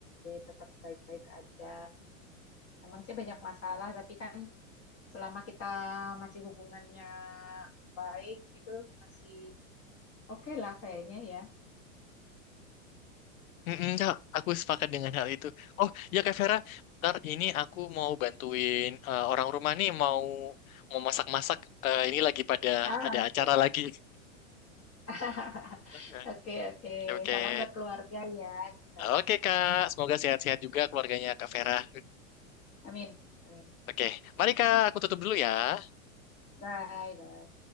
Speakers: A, on the left; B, on the left.
A: tetap baik-baik aja. Emang sih banyak masalah, tapi kan selama kita masih hubungannya baik gitu, masih oke lah kayaknya ya.
B: Mm-mm, Kak, aku sepakat dengan hal itu. Oh, ya Kak Vera, ntar ini aku mau bantuin eh, orang rumah nih mau mau masak-masak. Eh, ini lagi pada
A: Ah,
B: ada
A: oke.
B: acara lagi.
A: <laughs>
B: <laughs>
A: Oke, oke.
B: Oke.
A: Salam buat keluarga ya. Kita.
B: Oke Kak, semoga sehat-sehat juga keluarganya Kak Vera.
A: Amin, amin.
B: Oke, mari Kak, aku tutup dulu ya.
A: Bye, bye.